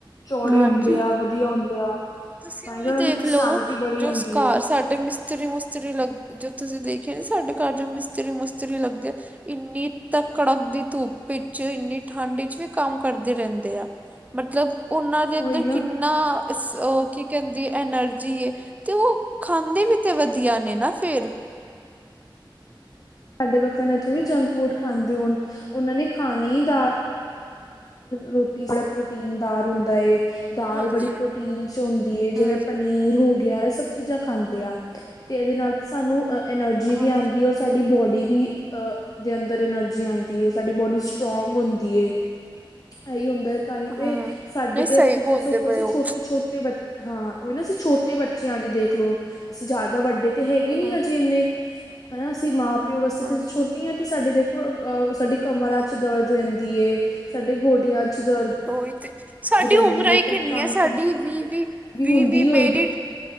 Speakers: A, on the left; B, on the right.
A: ਚੌੜੇ
B: ਹਾਂਜੀ
A: ਹੁੰਦੇ ਆ। ਵਧੀਆ ਹੁੰਦੇ ਆ।
B: ਤੁਸੀਂ
A: ਤਾਂ
B: ਉਹੀ
A: ਹੀ ਤਾਂ ਉਹਨਾਂ
B: ਦੇਖਲਓ
A: ਦੀ ਪਰਸਨੈਲਿਟੀ ਬੜੀ
B: ਜੋਕਾਰ
A: ਹੁੰਦੀ ਹੈ
B: ਸਾਡੇ ਮਿਸ ਮਿਸਤਰੀ ਮੁਿਸਤਰੀ ਲੱਗ ਜੋ ਤੁਸੀਂ ਦੇਖਿਆ ਨੀ ਸਾਡੇ ਘਰ ਜੋ ਮਿਸਤਰੀ ਮੁਿਸਤਰੀ ਲੱਗਦੀ ਆ। ਇੰਨੀ ਤ ਕੜਕ ਦੀ ਧੂੱਪ ਵਿੱਚ ਇੰਨੀ ਠੰਡ ਵਿੱਚ ਵੀ ਕੰਮ ਕਰਦੇ ਰਹਿੰਦੇ ਆ। ਮਤਲਬ ਉਹਨਾਂ ਦੇ ਅੰਦਰ
A: ਉਹੀ ਨਾ
B: ਕਿੰਨਾ ਕੀ ਕਹਿੰਦੀ ਐਨਰਜੀ ਤੇ ਉਹ ਖਾਂਦੇ ਵੀ ਤੇ ਵਧੀਆ ਨੇ ਨਾ ਫੇਰ।
A: ਸਾਡੇ ਵਾਗ ਨੇ ਥੋੜ੍ਹੇ ਜੰਕ ਫੂਡ ਖਾਂਦੇ ਹੋਣ ਉਹਨਾਂ ਨੇ ਖਾਣੀ ਦਾਲ ਰੋਟੀ ਬੜਾ ਪ੍ਰੋਟੀਨਦਾਰ ਹੁੰਦਾ ਏ। ਦਾਲ
B: ਹਾਂਜੀ
A: ਬੜੀ ਪ੍ਰੋਟੀਨ ਚ ਹੁੰਦੀ
B: ਹਮ
A: ਜਿਵੇਂ ਪਨੀਰ ਹੋ ਗਿਆ। ਇਹ ਸਭ ਚੀਜ਼ਾਂ ਖਾਂਦੇ
B: ਹਮ
A: ਆ ਤੇ ਇਹਦੇ ਨਾਲ ਸਾਨੂੰ ਐਨਰਜੀ
B: ਹਾਂ
A: ਵੀ ਆਉਂਦੀ ਸਾਡੀ ਬੋਡੀ ਵੀ ਦੇ ਅੰਦਰ ਐਨਰਜੀ ਆਉਂਦੀ ਏ। ਸਾਡੀ ਬੋਡੀ ਸਟਰੋਂਗ ਹੁੰਦੀ ਏ। ਇਹੀ ਹੁੰਦਾ ਤਾਂ ਹੀ ਤੇ
B: ਹਾਂ
A: ਸਾਡੇ
B: ਨਹੀਂ ਸਹੀ
A: ਤੇ ਇੱਥੇ ਜੇ
B: ਬੋਲਦੇ
A: ਸਖੋ
B: ਪਏ
A: ਅਸੀਂ
B: ਹੋ
A: ਛੋਟੇ ਛੋਟੇ ਬੇ ਹਾਂ ਉਹੀ ਨਾ ਅਸੀਂ ਛੋਟੇ ਬੱਚੇ ਆ ਜੇ ਦੇਖ ਲੋ ਅਸੀਂ ਜ਼ਿਆਦਾ ਵੱਡੇ ਤੇ ਹੈਗੇ ਨੀ
B: ਹਾਂ
A: ਹਜੇ ਇੰਨੇ ਹਨਾ ਅਸੀਂ ਮਾਂ ਪਿਓ ਵਾਸਤੇ
B: ਹਾਂ
A: ਤੇਸੀ ਛੋਟੀ ਹ ਤੇ ਸਾਡੇ ਦੇਖੋ ਅ ਸਾਡੇ ਕਮਰਾਂ
B: ਹਾਂ
A: ਚ ਦਰਦ ਰਹਦੀ ਏ, ਸਾਡੇ ਗੋਡਿਆਂ ਚ ਦਰਦ
B: ਉਹੀ ਤੇ ਸਾਡੀ
A: ਰਹਿੰਦੀ
B: ਉਮਰ ਹੀ
A: ਏ ਤਾਂ
B: ਕਿ ਇੰਨੀ
A: ਤੁਹਾਨੂੰ
B: ਹੈ ਸਾਡੀ
A: ਖੁਦ
B: ਵੀਹ ਵੀ, ਵੀਹ
A: ਹੁੰਦੀ
B: ਵੀ
A: ਹੋਏਗੀ
B: ਮੇਰੀ